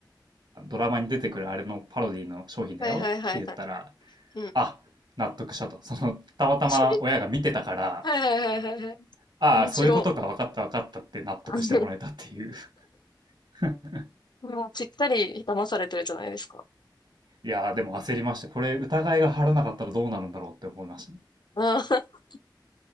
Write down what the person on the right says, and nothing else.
ドラマに出てくるあれのパロディの商品だよって言ったら、
あ、納得したと。その、たまたま親が見てたから、
ああ、
そういうことか、分かった分かったって納得してもらえたっていう。
<laughs>
いやー、でも焦りました。これ疑いが晴らなかったらどうなるんだろうって思いましたね。